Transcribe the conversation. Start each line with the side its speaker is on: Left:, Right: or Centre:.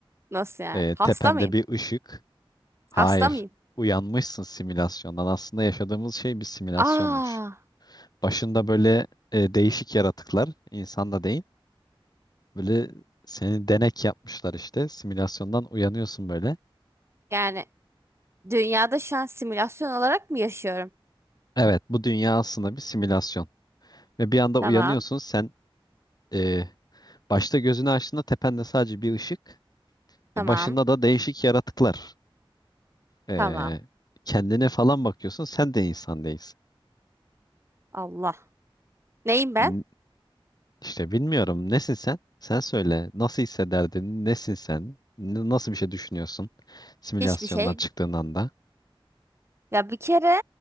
Right: Nasıl yani?
Left: Ee,
Right: Hasta
Left: tepende
Right: mıyım?
Left: bir ışık. Hayır.
Right: Hasta mıyım?
Left: Uyanmışsın simülasyondan. Aslında yaşadığımız şey bir simülasyonmuş.
Right: Aa,
Left: Başında böyle e, değişik yaratıklar, insan da değil. Böyle seni denek yapmışlar işte. Simülasyondan uyanıyorsun böyle.
Right: yani dünyada şu an simülasyon olarak mı yaşıyorum?
Left: Evet, bu dünya aslında bir simülasyon. Ve bir anda
Right: Tamam,
Left: uyanıyorsun sen e, başta gözünü açtığında tepende sadece bir ışık.
Right: tamam,
Left: e, başında da değişik yaratıklar. E,
Right: tamam.
Left: kendine falan bakıyorsun sen de insan değilsin.
Right: Allah. Neyim ben?
Left: N- İşte bilmiyorum nesin sen? Sen söyle nasıl hissederdin? Nesin sen? N- nasıl bir şey düşünüyorsun simülasyondan
Right: Hiçbir şey.
Left: çıktığın anda?
Right: Ya bir kere